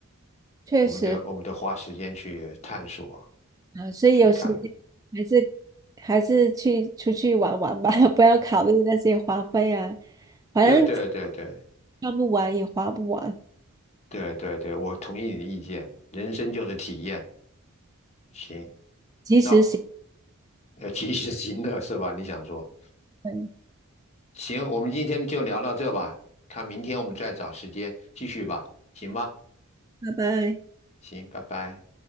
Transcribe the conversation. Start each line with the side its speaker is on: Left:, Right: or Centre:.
Right: 确实
Left: 我们得我们得花时间去探索，
Right: 啊，所以有时间还是还是去出去玩玩吧，
Left: 去看。
Right: <laughs> 不要考虑那些花费啊，反正
Left: 对对对对
Right: 看不完也花不完，
Left: 对对对，我同意你的意见，人生就是体验。行，
Right: 及时行。
Left: 那呃，及时行乐是吧？你想说？
Right: 拜
Left: 行，我们今天就聊到这吧，看明天我们再找时间继续吧，行吧？
Right: 拜。
Left: 行，拜拜。